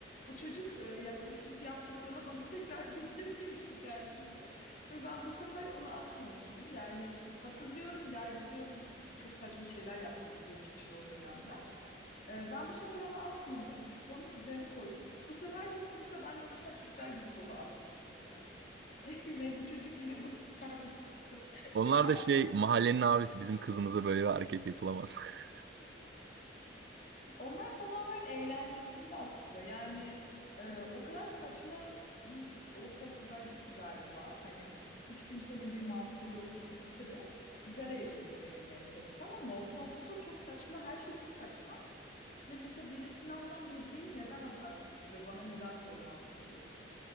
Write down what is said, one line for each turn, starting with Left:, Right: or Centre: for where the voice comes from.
Left: Bu çocuk e, yaklaşık bir hafta sonra bana tekrar bir <laughs> hediyeyle gelmişti. Ve ben bu sefer onu atmamıştım. Yani hatırlıyorum İlayda diyorum çok saçma şeyler yaptım geçmişte o dönemler. E, ben bu sefer onu atmadım. Sıramın üzerine koydum. Bu sefer de sınıfta benimle uğraşan çocuklar gidip onu atmıştı çöpe. <laughs> Ve bu çocuk yine bunu <laughs> beğenmiş. <laughs>
Right: Onlar da şey mahallenin abisi bizim kızımıza böyle bir hareket yapılamaz. <laughs>
Left: Onlar tamamen eğlencesinde aslında. Yani e, o kadar saçma bir ortaokuldaydım ki galiba. Hani hiç kimsenin bir mantığı yoktu. Mesela lisede güzel evrildi benim mentalitem ama ortaokulda çok saçma, her şey çok saçma. Ve mesela birisine alınan hediyeyi neden atarsınız ve bana neden sormazsınız?